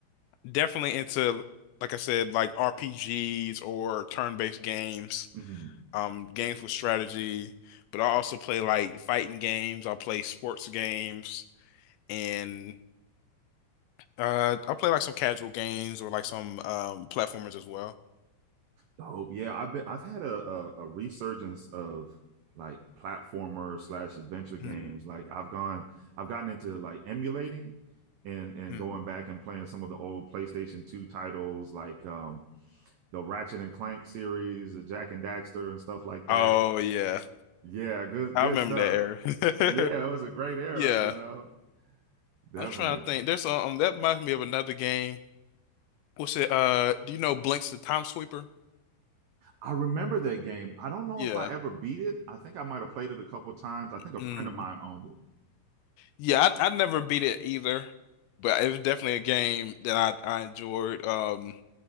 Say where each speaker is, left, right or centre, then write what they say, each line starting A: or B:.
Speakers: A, on the left (about 80°); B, on the right (about 85°).
A: definitely into like I said, like RPGs or turn-based games,
B: Mm-hmm.
A: um, games with strategy. But I also play like fighting games. I play sports games and Uh, I play like some casual games or like some um platformers as well.
B: Dope. Yeah, I've been. I've had a, a a resurgence of like platformer slash adventure games.
A: Hmm.
B: Like, I've gone. I've gotten into like emulating, and and
A: Hmm.
B: going back and playing some of the old PlayStation Two titles, like um the Ratchet and Clank series, the Jack and Daxter, and stuff like that.
A: Oh yeah.
B: Yeah, good
A: I
B: good
A: remember
B: stuff.
A: that
B: Yeah,
A: era. <laughs>
B: it was a great era,
A: Yeah.
B: you know. Definitely.
A: I'm trying to think. There's um that reminds me of another game. What's it? Uh do you know Blinks the Time Sweeper?
B: I remember that game. I don't know
A: Yeah.
B: if I ever beat it. I think I might have played it a couple times. I think a
A: Mm.
B: friend of mine owned it.
A: Yeah, I I never beat it either, but it was definitely a game that I I enjoyed. Um